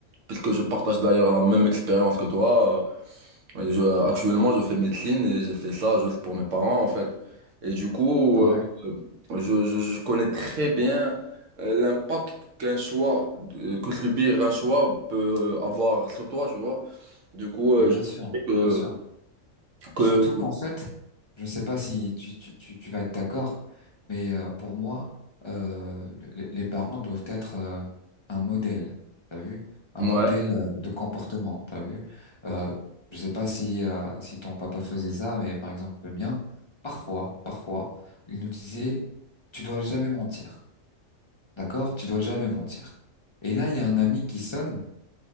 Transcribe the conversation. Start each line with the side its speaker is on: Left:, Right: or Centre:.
Right: puisque je partage d'ailleurs la même expérience que toi. Et je- euh, actuellement, je fais médecine et j'ai fait ça juste pour mes parents, en fait. Et du coup,
Left: Ah
Right: euh,
Left: ouais?
Right: je, je- je connais très bien euh, l'impact qu'un choix, euh, que subir un choix peut avoir sur toi, tu vois. Du coup, euh,
Left: Mais bien
Right: je
Left: sûr,
Right: sais que,
Left: bien sûr.
Right: que
Left: Surtout qu'en fait, je ne sais pas si tu, tu, tu, tu vas être d'accord, mais euh, pour moi, euh, les, les parents doivent être euh, un modèle, t'as vu? Un
Right: ouais,
Left: modèle euh, de comportement, t'as vu? Euh, je ne sais pas si, euh, si ton papa faisait ça, mais par exemple le mien, parfois, parfois, il nous disait, tu dois jamais mentir, d'accord? Tu dois jamais mentir. Et là, il y a un ami qui sonne,